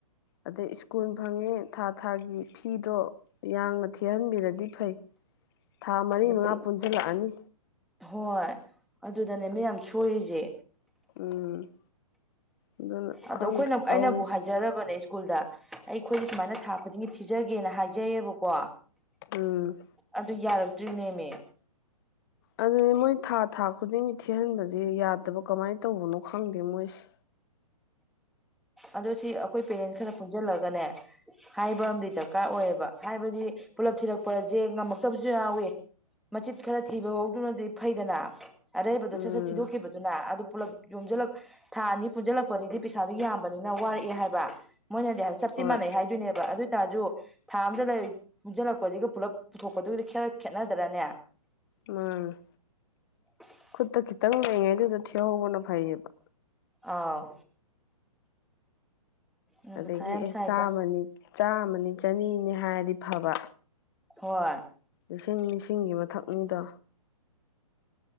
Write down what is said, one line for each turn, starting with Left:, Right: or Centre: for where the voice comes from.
Left: ꯑꯗꯩ ꯁ꯭ꯀꯨꯟ ꯐꯪꯉꯤ ꯊꯥ ꯊꯥꯒꯤ ꯐꯤꯗꯣ ꯌꯥꯡꯅ ꯊꯤꯍꯟꯕꯤꯔꯗꯤ ꯐꯩ ꯊꯥ ꯃꯔꯤ
Centre: ꯑꯗꯨ
Left: ꯃꯉꯥ
Centre: ꯄꯨꯂꯞ
Left: ꯄꯨꯟꯖꯤꯟꯂꯛꯑꯅꯤ
Centre: ꯍꯣꯏ ꯑꯗꯨꯗꯅꯦꯃꯤ ꯌꯥꯝ ꯁꯣꯏꯔꯤꯖꯦ
Left: ꯎꯝ ꯑꯗꯨꯅ
Centre: ꯑꯗꯣ
Left: ꯈꯪꯗ꯭ꯔꯦ
Centre: ꯑꯩꯈꯣꯏꯅ
Left: ꯇꯧꯔꯤꯁꯦ
Centre: ꯑꯩꯅꯕꯨ ꯍꯥꯏꯖꯔꯕꯅꯦ ꯀꯨꯜꯗ ꯑꯩꯈꯣꯏꯖꯦ ꯁꯨꯃꯥꯏꯅ ꯊꯥ ꯈꯨꯗꯤꯡꯒꯤ ꯊꯤꯖꯒꯦꯅ ꯍꯥꯏꯖꯩꯌꯦꯕꯀꯣ
Left: ꯎꯝ
Centre: ꯑꯗꯨ ꯌꯥꯔꯛꯇ꯭ꯔꯤꯅꯦꯃꯤ
Left: ꯑꯗꯨꯅꯦ ꯃꯣꯏ ꯊꯥ ꯊꯥ ꯈꯨꯗꯤꯡꯒꯤ ꯊꯤꯍꯟꯕꯖꯦ ꯌꯥꯗꯕ ꯀꯃꯥꯏ ꯇꯧꯕꯅꯣ ꯈꯪꯗꯦ ꯃꯣꯏꯁꯦ
Centre: ꯑꯗꯣ ꯁꯤ ꯑꯩꯈꯣꯏ ꯄꯦꯔꯦꯟꯁ ꯈꯔ ꯄꯨꯟꯖꯤꯜꯂꯒꯅꯦ ꯍꯥꯏꯕ ꯑꯝꯗꯤ ꯗ꯭ꯔꯀꯥꯔ ꯑꯣꯏꯕ ꯍꯥꯏꯕꯗꯤ ꯄꯨꯂꯞ ꯊꯤꯔꯛꯄꯖꯦ ꯉꯝꯃꯛꯇꯕꯖꯨ ꯌꯥꯎꯋꯤ ꯃꯆꯤꯠ ꯈꯔ ꯊꯤꯕꯐꯧꯗꯨꯅꯗꯤ ꯐꯩꯗꯅ ꯑꯔꯩꯕꯗꯣ
Left: ꯎꯝ
Centre: ꯁꯠ ꯁꯠ ꯊꯤꯗꯣꯛꯈꯤꯕꯗꯨꯅ ꯑꯗꯨ ꯄꯨꯂꯞ ꯌꯣꯝꯖꯤꯜꯂꯛ ꯊꯥ ꯑꯅꯤ ꯄꯨꯟꯖꯤꯜꯂꯛꯄꯖꯤꯗꯤ ꯄꯤꯁꯥꯗꯨ ꯌꯥꯝ ꯕꯅꯤꯅ ꯋꯥꯔꯛꯑꯦ ꯍꯥꯏꯕ ꯃꯣꯏꯅꯗꯤ ꯍꯥꯏꯕ ꯆꯞꯇꯤ
Left: ꯍꯣꯏ
Centre: ꯃꯥꯟꯅꯩ ꯍꯥꯏꯗꯣꯏꯅꯦꯕ ꯑꯗꯣꯏꯇꯥꯔꯖꯨ ꯊꯥ ꯑꯝꯗ ꯂꯩ ꯄꯨꯟꯖꯤꯜꯂꯛꯄꯖꯤꯒ ꯄꯨꯂꯞ ꯄꯨꯊꯣꯛꯄꯗꯨꯒꯗꯤ ꯈꯦꯠꯅꯠ ꯈꯦꯠꯅꯗ꯭ꯔꯅꯦ
Left: ꯎꯝ
Centre: <unintelligible>
Left: ꯈꯨꯠꯇ ꯈꯤꯇꯪ ꯂꯩꯉꯦ ꯑꯗꯨꯗ ꯊꯤꯍꯧꯕꯅ ꯐꯩꯌꯦꯕ
Centre: ꯑꯥꯎ ꯎꯝ
Left: ꯑꯗꯒꯤ
Centre: ꯃꯊꯥ ꯌꯥꯝ
Left: ꯑꯦ
Centre: ꯁꯥꯏꯗ
Left: ꯆꯥꯃꯅꯤ ꯆꯥꯃꯅꯤ ꯆꯅꯤꯅꯤ ꯍꯥꯏꯔꯗꯤ ꯐꯕ
Centre: ꯍꯣꯏ
Left: ꯂꯤꯁꯤꯡ ꯂꯤꯁꯤꯡꯒꯤ ꯃꯊꯛꯅꯤꯗ